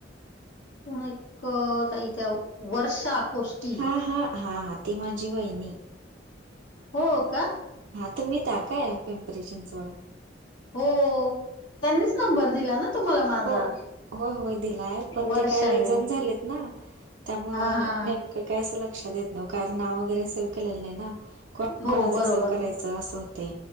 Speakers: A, on the left; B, on the right.
A: पण एक ताई त्या वर्षा गोष्टी
B: हा हा हा ती माझी वहिणी
A: हो का.
B: हा तुम्ही टाका पिंपरी चिंचवड
A: हो
B: हा
A: त्यांनीच नंबर
B: हा
A: दिला ना तुम्हाला माझा
B: हो हो होय दिलाय पण
A: वर्षाने
B: ते काय लयी जण झालेत ना. त्या मुळ
A: हा हा
B: नेमकं काय असं लक्षात येत नाही कारण नाव वगैरे सेव केलेलं नाही ना. को
A: हो
B: कोणाच
A: बरोबर
B: सेव करायचं असं होते